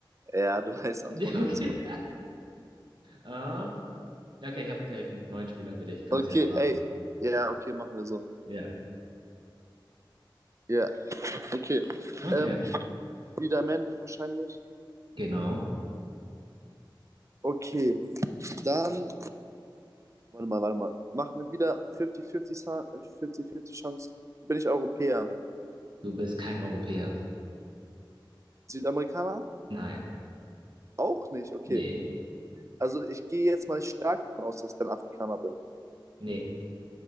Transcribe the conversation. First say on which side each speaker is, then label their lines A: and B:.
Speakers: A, on the right; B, on the right.
A: Ja, du heißt Antoine
B: Ja, Okay.
A: Griezmann.
B: Ähm, ja, okay, ich habe direkt einen neuen Spieler für dich. Kannst
A: Okay,
B: direkt raten.
A: ey. Ja, okay, machen wir so.
B: Ja.
A: Ja, okay.
B: Okay.
A: Ähm, wieder männlich wahrscheinlich.
B: Genau.
A: Okay, dann. Warte mal, warte mal. Machen wir wieder 50-50 Sa- äh, 50 Chance. Bin ich Europäer?
B: Du bist kein Europäer.
A: Südamerikaner?
B: Nein.
A: Auch nicht, okay.
B: Nee.
A: Also ich gehe jetzt mal stark davon aus, dass ich dann Afrikaner bin.
B: Nee.